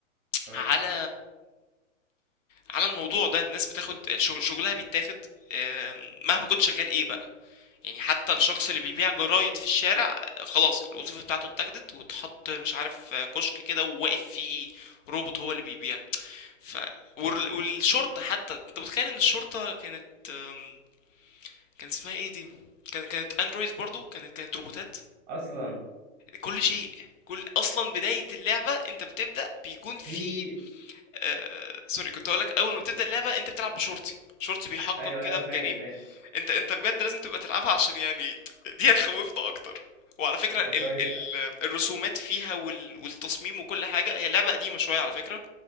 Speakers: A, on the right (about 25°); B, on the left (about 70°).
A: اه
B: على على الموضوع ده الناس بتاخد شغل شغلها بيتاخد آم، مهما كنت شغال ايه بقى يعني حتى الشخص اللي بيبيع جرايد في الشارع آه، خلاص الوظيفة بتاعته اتاخدت واتحط مش عارف آه، كشك كده وواقف فيه روبوت هو اللي بيبيع ف وال- والشرطة حتى انت متخيل ان الشرطة كانت آم، كان اسمها ايه دي كان كانت اندرويد برضو كانت كانت روبوتات
A: اصلا
B: كل شيء كل اصلا بداية اللعبة انت بتبدأ بيكون في
A: في
B: آه، سوري كنت هقول لك اول ما بتبدا اللعبه انت بتلعب بشرطي شرطي بيحقق
A: ايوه
B: كده
A: ايوه
B: في
A: فاهم
B: جريمه
A: فاهم
B: انت انت بجد لازم تبقى تلعبها عشان يعني دي هتخوفنا اكتر وعلى فكره
A: طب
B: ال
A: كويس
B: ال الرسومات فيها وال والتصميم وكل حاجه هي لعبه قديمه شويه على فكره